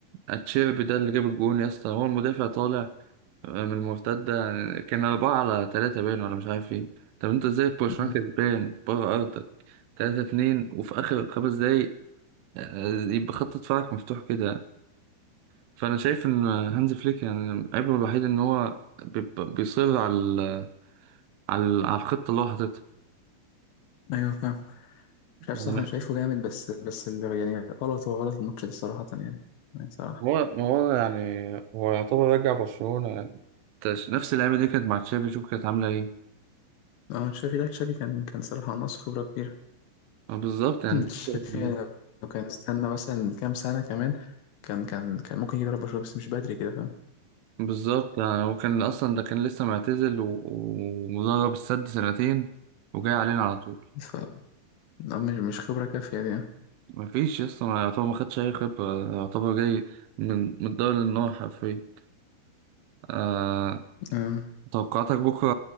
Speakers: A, on the right (about 80°); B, on the left (about 75°).
A: اتشيربي ده اللي جاب الجون يا اسطى هو المدافع طالع من المرتدة يعني، كان أربعة على تلاتة باين ولا مش عارف ايه طب انت ازاي في برشلونة
B: مم.
A: كسبان بره أرضك تلاتة اتنين وفي آخر خمس دقايق آه، يبقى خط دفاعك مفتوح كده فأنا شايف إن هانز فليك يعني عيبه الوحيد إن هو بيبقى- بيصر على ال- على ال- على الخطة اللي هو حاططها
B: أيوه فاهم مش عارف
A: يعني
B: صح أنا شايفه جامد بس بس اللي يعني غلط هو غلط الماتش ده صراحة يعني يعني صراحة
A: هو ما هو يعني هو يعتبر رجع برشلونة يعني تش- نفس اللعيبة دي كانت مع تشافي شوف كانت عاملة ايه
B: اه تشافي لا تشافي كان كان صراحة ناقص خبرة كبيرة
A: آه، بالظبط يعني
B: شايفين
A: <laughs>
B: لو كان استنى مثلا كام سنة كمان كان كان كان ممكن يضرب برشلونة بس مش بدري كده فاهم
A: بالظبط يعني هو كان أصلا ده كان لسه معتزل و- ومدرب السد سنتين وجاي علينا على طول
B: ف لا، مش مش خبرة كافية دي يعني.
A: مفيش يسطا ما يعتبر ما خدش أي خبرة يعتبر جاي من من الدوري للنار حرفيا آه
B: أمم.
A: توقعاتك بكرة